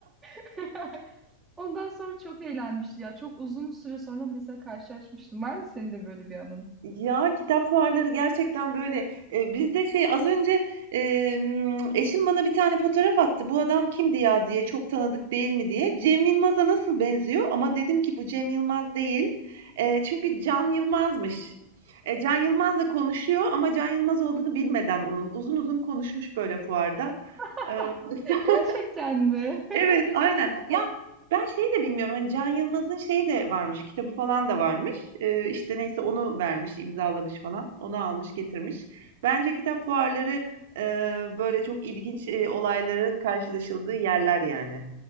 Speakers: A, on the right (about 15°); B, on the right (about 55°).
A: <laughs> Ondan sonra çok eğlenmişti ya. Çok uzun süre sonra mesela karşılaşmıştım. Var mı senin de böyle bir anın?
B: Ya kitap fuarları gerçekten böyle. E, biz de şey az önce e, m, eşim bana bir tane fotoğraf attı. Bu adam kimdi ya diye çok tanıdık değil mi diye. Cem Yılmaz'a nasıl benziyor? Ama dedim ki bu Cem Yılmaz değil. E, çünkü Can Yılmaz'mış. E, Can Yılmaz'la konuşuyor ama Can Yılmaz olduğunu bilmeden onun uzun uzun konuşmuş böyle fuarda.
A: <laughs>
B: E, <laughs>
A: Gerçekten mi?
B: Evet,
A: <laughs> Tesadüfe
B: aynen.
A: bak.
B: Ya ben şeyi de bilmiyorum. Hani Can Yılmaz'ın şeyi de varmış. Kitabı falan da varmış. Ee, işte neyse onu vermiş, imzalamış falan. Onu almış, getirmiş. Bence kitap fuarları e, böyle çok ilginç e, olayların karşılaşıldığı yerler yani.